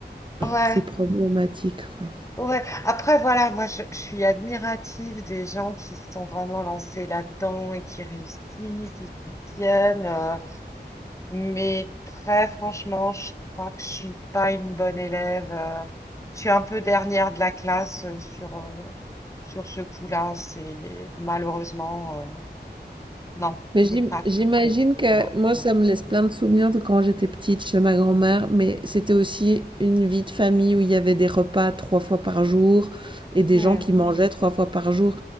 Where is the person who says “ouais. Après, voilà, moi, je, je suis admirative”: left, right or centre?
Left